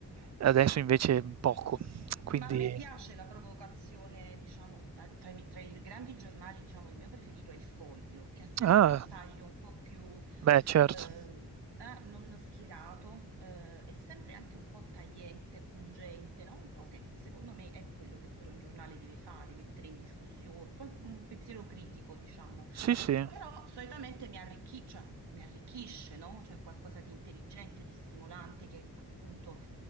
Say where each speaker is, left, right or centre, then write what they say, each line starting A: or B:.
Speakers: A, on the right; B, on the right.
A: adesso invece poco. Quindi
B: Ma a me piace la provocazione, diciamo, eh, tra i, tra i grandi giornali, diciamo, il mio preferito è il Foglio, che ha sempre
A: ah,
B: un taglio un po' più
A: beh certo.
B: ehm, eh, non schierato, eh, è sempre anche un po' tagliente, pungente, no? Un po' che secondo me è quello che pure un giornale deve fare, mettere in discussione, un po' un pensiero critico, diciamo.
A: Sì, sì.
B: Però solitamente mi arricchi- cioè, mi arricchisce, no? Cioè qualcosa di intelligente, di stimolante, che appunto...